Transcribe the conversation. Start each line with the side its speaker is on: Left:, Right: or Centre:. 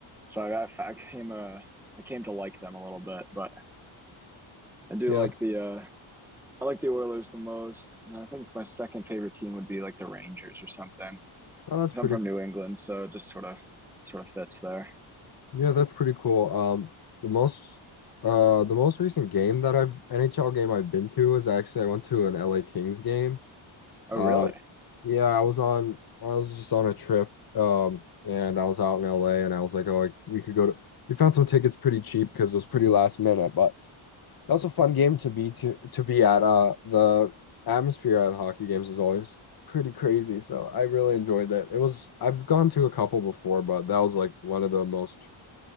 Centre: so I got I came uh, I came to like them a little bit, but I do
Left: yeah,
Centre: like
Left: that's
Centre: the uh I like the Oilers the most. And I think my second favorite team would be like the Rangers or something. 'Cause
Left: oh, that's
Centre: I'm
Left: pretty
Centre: from New England, so it just sort of sort of fits there.
Left: yeah, that's pretty cool. Um the most uh the most recent game that I've NHL game I've been to is actually I went to an LA Kings game.
Centre: Oh,
Left: Uh,
Centre: really?
Left: Yeah, I was on I was just on a trip um and I was out in LA and I was like, oh, like we could go to we found some tickets pretty cheap because it was pretty last minute, but that was a fun game to be to to be at. Uh the atmosphere at hockey games is always pretty crazy, so I really enjoyed that. It was I've gone to a couple before, but that was like one of the most